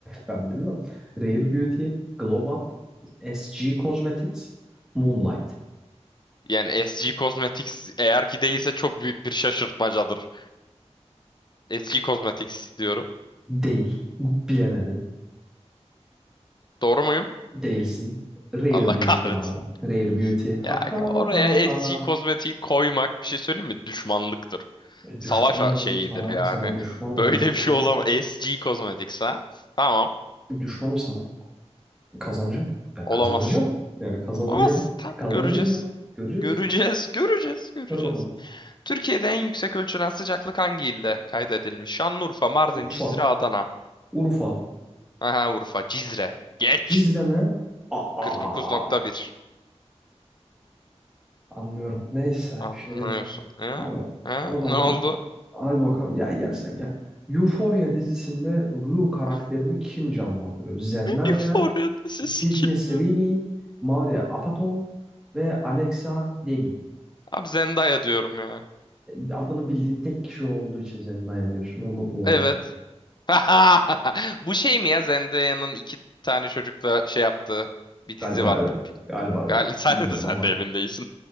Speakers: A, in the centre; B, on the left (about 40°).
A: Ben bilmem. Rare Beauty, Glow Up, SG Cosmetics, Moonlight.
B: Yani SG Cosmetics eğer ki değilse çok büyük bir şaşırtmacadır. SG Cosmetics diyorum.
A: Değil. Bilemedin.
B: Doğru muyum?
A: Değilsin. Rare
B: Allah
A: Beauty
B: <laughs> kahretsin.
A: abi. Rare Beauty. Ha
B: Ya
A: ha
B: oraya
A: ha
B: SG
A: ha.
B: Cosmetics koymak bir şey söyleyeyim mi? Düşmanlıktır.
A: E,
B: Savaş
A: Düşmanım
B: a-
A: oğlum
B: şeyidir
A: sana.
B: yani.
A: Sana düşmanım
B: Böyle
A: ondan
B: bir
A: dolayı.
B: şey olamaz. SG Cosmetics ha? Tamam.
A: Düşmanım sana. Kazanacağım. Yani
B: Olamazsın.
A: kazanacağım. Yani kazanacağım.
B: Olamaz. Tam
A: Kazanacağım.
B: göreceğiz.
A: Göreceksin.
B: Göreceğiz, göreceğiz, göreceğiz.
A: Gör bakalım.
B: Türkiye'de en yüksek ölçülen sıcaklık hangi ilde kaydedilmiş? Şanlıurfa, Mardin,
A: Urfa.
B: Cizre, Adana.
A: Urfa.
B: Aha Urfa, Cizre. Geç.
A: Cizreme. Aa.
B: 49.1.
A: Anlıyorum. Neyse.
B: Anlıyorsun.
A: Bir şey demiyorum.
B: Ha?
A: Abi.
B: Ha?
A: O zaman
B: Ne oldu?
A: Hadi bakalım. Ya gel sen gel. Euphoria dizisinde Rue karakterini
B: <laughs>
A: kim canlandırıyor? Zendaya,
B: Euphoria'da sesi
A: Sydney
B: kim
A: Sweeney,
B: ya?
A: Maria Apatow ve Alexa Demi.
B: Abi Zendaya diyorum ya.
A: E, Adını bildiğin tek kişi olduğu için Zendaya diyorsun. Onu da doğru
B: Evet.
A: diyorsun.
B: <laughs> Bu şey mi ya Zendaya'nın iki tane çocukla şey yaptığı bir dizi
A: Galiba
B: var.
A: evet.
B: Bir- bir-
A: Galiba evet.
B: Galiba <laughs> sen,
A: Bilmiyorum
B: sen
A: ama.
B: de emin değilsin.